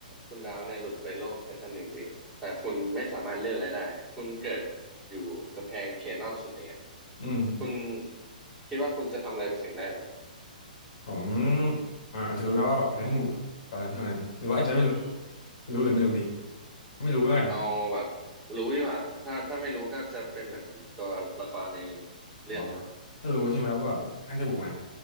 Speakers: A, in the centre; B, on the left.
A: คุณดาวเนี่ยหลุดไปโลกไททันจริงๆอะแต่คุณไม่สามารถเลือกอะไรได้คุณเกิดอยู่กำแพงเขียนนอกสุดอย่างเงี้ย
B: อืม
A: คุณคิดว่าคุณจะทำอะไรเป็นสิ่งแรกเหรอ
B: ผมอ่าอาจจะรู้นะว่าแบบไททันบุกอะตอนนั้นช่วงนั้นหรือว่าอาจจะไม่รู้
A: อืม
B: รู้หรือไม่รู้ดีไม่รู้แล้วกัน
A: เอาแบบรู้ดีกว่าถ้าถ้าไม่รู้ก็จะเป็นเหมือนตัวละครในเรื่องนะ
B: อ๋อถ้ารู้ใช่ไหมว่าแบบไททันจะบุกมา
A: อืม